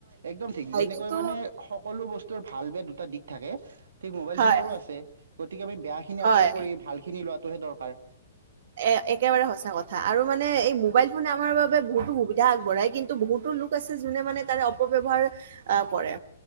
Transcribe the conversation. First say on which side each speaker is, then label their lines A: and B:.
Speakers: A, on the right (about 85°); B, on the right (about 50°).
A: একদম ঠিক। যেনেকৈ
B: কিন্তু
A: মানে সকলো বস্তুৰ ভাল দুটা দিশ থাকে। ঠিক মোবাইল
B: হয়
A: ফোনৰো আছে। গতিকে, আমি বেয়াখিনি
B: হয়
A: আঁতৰ কৰি ভালখিনি লোৱাত টোহে দৰকাৰ।
B: এ, একেবাৰে সঁচা কথা আৰু মানে এই মোবাইল ফোনে আমাৰ বাবে বহুতো সুবিধা আগবঢ়ায়। কিন্তু, বহুতো লোক আছে যোনে মানে তাৰে অপব্যৱহাৰ কৰে।